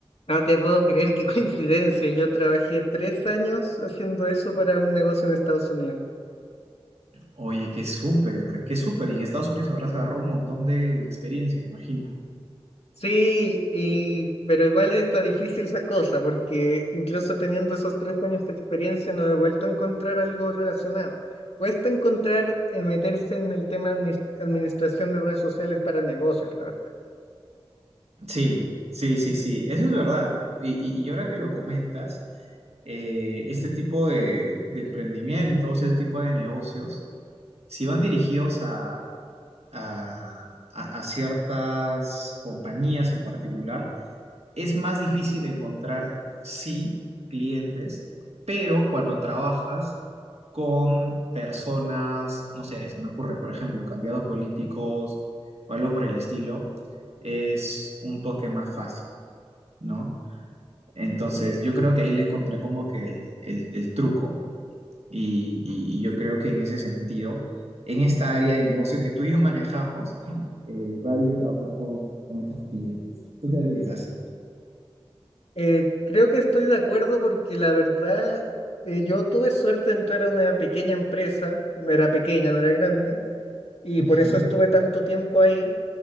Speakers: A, on the left; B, on the right.
A: No te puedo creer qué <laughs> coincidencia. Yo trabajé tres años haciendo eso para un negocio en Estados Unidos.
B: Oye, qué súper, qué súper. Y en Estados Unidos habrás agarrado un montón de, de experiencia, me imagino.
A: Sí, y, pero igual está difícil la cosa, porque incluso teniendo esos tres años de experiencia no he vuelto a encontrar algo relacionado. Cuesta encontrar eh, meterse en el tema de administración de redes sociales para negocios, la verdad.
B: Sí, sí, sí, sí, eso es verdad. Y, y- y ahora que lo comentas, eh, este tipo de, de emprendimientos, este tipo de negocios, si van dirigidos a, a, a- a ciertas compañías en particular, es más difícil encontrar, sí, clientes, pero cuando trabajas con personas, no sé, se me ocurre, por ejemplo, candidatos políticos o algo por el estilo, es un toque más fácil, ¿no? Entonces, yo creo que ahí le encontré como que el, el- el truco y, y- y yo creo que en ese sentido, en esta área de negocio que tú y yo manejamos, eh, va bien trabajar con, con estos clientes. ¿Tú qué piensas?
A: Eh, creo que estoy de acuerdo porque la verdad, eh, yo tuve suerte de entrar a una pequeña empresa, no era pequeña, no era grande, y
B: Ujú.
A: por eso estuve tanto tiempo ahí,